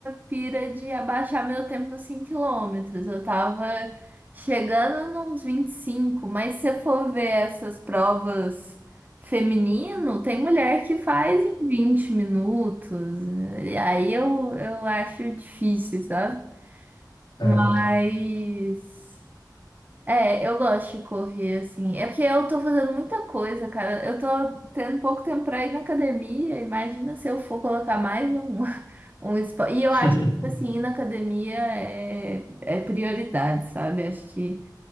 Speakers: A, on the right (about 25°); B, on the left (about 85°).
A: pira de abaixar meu tempo nos cinco quilômetros Eu tava chegando nos vinte e cinco mas se eu for ver essas provas feminino, tem mulher que faz em 20 minutos. E aí eu, eu acho difícil, sabe? Mas
B: É, é,
A: é, eu gosto de correr, assim. É porque eu tô fazendo muita coisa, cara. Eu tô tendo pouco tempo pra ir na academia. Imagina se eu for colocar mais um, <laughs> um esporte. E eu
B: <laughs>
A: acho que, tipo assim, ir na academia é, é prioridade, sabe? Acho que,